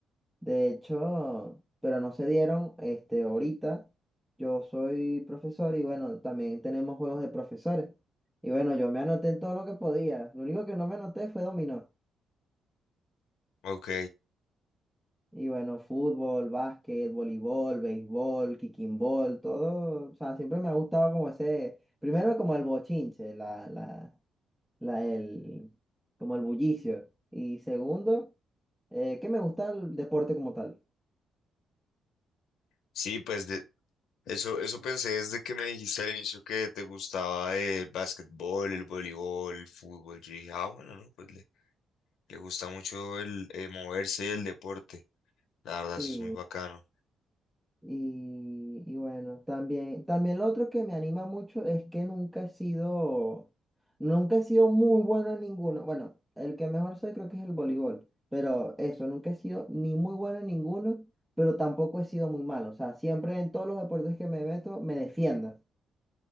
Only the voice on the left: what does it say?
Ok,
sí, pues Eso, eso pensé desde que me dijiste al inicio que te gustaba el básquetbol, el voleibol, el fútbol. Yo dije, ah, bueno, no, pues le, le gusta mucho el eh, moverse y el deporte. La verdad,
eso es muy bacano.